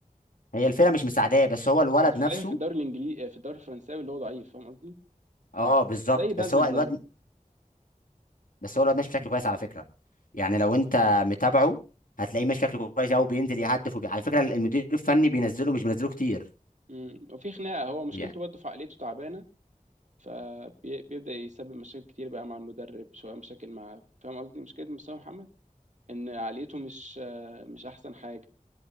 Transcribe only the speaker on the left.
هي الفرقه مش مساعداه بس هو الولد
نفسه
اه بالظبط
بس هو الواد
بس هو الواد ماشي بشكل كويس على فكره يعني لو انت متابعه هتلاقيه ماشي بشكل كويس قوي بينزل يهدف وبي... على فكره المدير الفني بينزله مش بينزله كتير
يعني